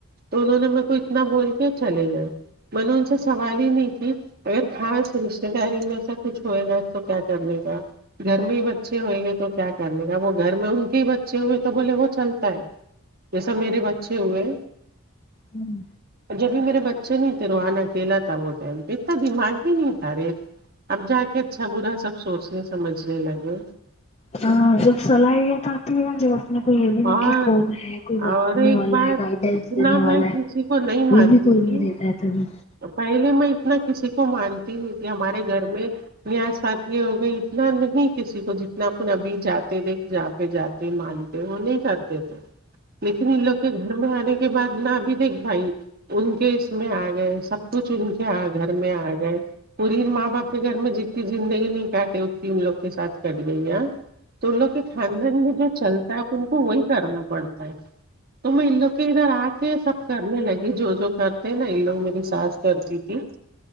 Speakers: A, on the right; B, on the left.
A: تو انہوں نے میر کو اتنا بول کے چلے گئے میں نے ان سے سوال ہی نہیں کہ اگر خاص رشتے داری میں سا کچھ ہوئے گا اس تو کیا کرنے کا گھر میں ہی بچے ہوئیں گے تو کیا کرنے کاا وہ گھر میں ان کے ہی بچے ہوئے تو بولے وہ چلتا ہے جیسا میرے بچے ہوئے
B: ہوں
A: جبھی میرے بچے نہیں تھے روحان اکھیلا تھا وہ ٹائم پہ اتنا دماغ میں نہیں تھا رے اب جا کے اچھا برا سب سوچنے سمجھنے لگے
B: ہاں سپ سل ہی گ تھا آتی گا جو اپ کو یہ بھی ن
A: اور
B: کہ کون ہے کوئی بنانے
A: اور ایک
B: والا
A: بات
B: ہے گائیڈینس
A: اتنا
B: دینے والا
A: میں کسی
B: ہے
A: کو نہیں مانتی
B: یہ بھی کوئی
A: تھی
B: نہیں رہتا ہے تبھی
A: پہلے میں اتنا کسی کو مانتی نہیں کہ ہمارے گھر میں یاس ساتھی ہو گئی اتنا نہیں کسی کو جتنا اپن ابھی جاتے دیکھ جااں پہ جاتے مانتے وہ نہیں کرتے تھے لیکن ان لوگ کے گھر میں آنے کے بعد نہ ابھی دیک بھائی ان کے اس میں آ گئے سب کچھ ان کے گھر میں آ گئے پوری ماں باپ کے گھر میں جتنی زندگی نہیں کاٹ اتتی ان لوگ کے ساتھ کٹ گئی ہے تو ان لوگ کے خاندان میں جو چلتا ہے آ ان کو وہی کرنا پڑتا ہے تو میں ان لوگ کے ادھر آ کے سب کرنے لگی جو جو کرتے نا ان لوگ میری سانس کرتی تھی <inaudible>